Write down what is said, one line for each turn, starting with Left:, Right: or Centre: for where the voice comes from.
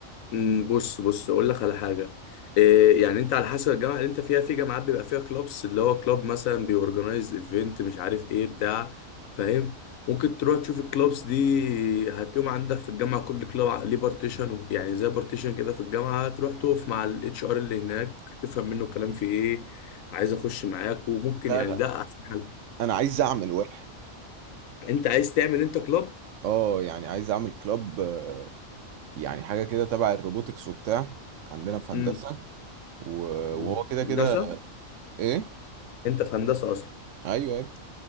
Left: أمم، بص بص اقول لك على حاجه إيه يعني انت على حسب الجامعه اللي انت فيها في جامعات بيبقى فيها كلوبس اللي هو كلوب مثلا بيورجنايز ايفنت مش عارف ايه بتاع فاهم ممكن تروح تشوف الكلوبس دي هتلاقيهم عندك في الجامعه كل كلوب ليه بارتيشن يعني زي بارتيشن كده في الجامعه تروح تقف مع الاتش ار اللي هناك تفهم منه الكلام في ايه عايز اخش معاك وممكن
Right: لا
Left: يعني
Right: لا
Left: ده احسن حل
Right: انا عايز اعمل واحد
Left: انت عايز تعمل انت كلوب
Right: اه يعني عايز اعمل كلاب آه، يعني حاجه كده تبع الروبوتكس وبتاع عندنا في هندسه
Left: امم
Right: و- وهو
Left: أمم.
Right: كده
Left: هندسه
Right: كده ايه
Left: انت في هندسه اصلا
Right: ايوه يا ابني